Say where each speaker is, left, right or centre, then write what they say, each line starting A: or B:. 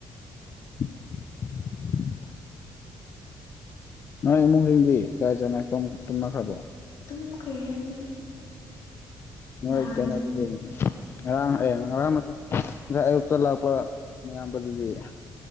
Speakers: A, on the left (about 40°); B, on the left (about 70°).
A: INAUDIBLE ꯅꯣꯏ ꯏꯃꯨꯡ ꯃꯤꯁꯤꯡꯗꯤ ꯀꯥꯏ ꯆꯠꯅꯈꯔ꯭ꯕꯣ ꯇꯨꯝꯅꯈ꯭ꯔꯕꯣ
B: ꯇꯨꯝꯈ꯭ꯔꯦ ꯃꯤ
A: ꯅꯣꯏ
B: ꯅꯍꯥꯟ
A: ꯀꯩꯅꯣꯗꯨꯗꯤ ꯉꯔꯥꯡ ꯑꯦ ꯉꯔꯥꯡ ꯅꯠꯇꯦ ꯉꯁꯥꯏ ꯑꯌꯨꯛꯇ ꯂꯥꯛꯄ ꯅꯌꯥꯝꯕꯗꯨꯗꯤ